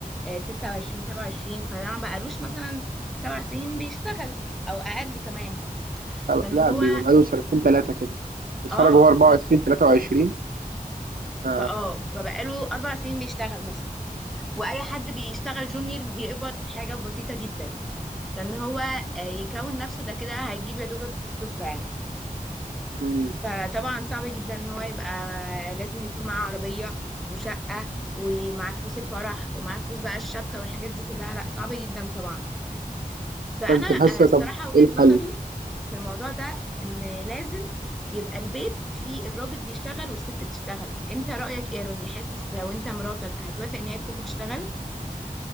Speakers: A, in the centre; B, on the right.
A: آه، 26 27 فده ما بقالوش مثلا سبع سنين بيشتغل او اقل كمان
B: سبع
A: فان
B: لا
A: هو
B: بيبقى بقاله سنتين ثلاثة كده بيتخرج
A: اه
B: وهو
A: بالظبط
B: 24 23 ف...
A: فاه فبقاله اربع سنين بيشتغل مثلا واي حد بيشتغل جونيور بيقبض حاجه بسيطه جدا فان هو آه، يكون نفسه ده كده هيجيب يا دوبك السفره يعني
B: مم.
A: فطبعا صعب جدا ان هو يبقى لازم يكون معاه عربيه وشقه ومعاه فلوس الفرح ومعاه فلوس بقى الشبكه والحاجات دي كلها لا صعب جدا طبعا فانا
B: فانت
A: آه،
B: حاسة
A: الصراحه
B: طب
A: وجهه
B: ايه الحل؟
A: نظري في الموضوع ده ان لازم يبقى البيت فيه الراجل بيشتغل والست بتشتغل انت رايك ايه روني حاسس لو انت مراتك هتوافق ان هي تكون بتشتغل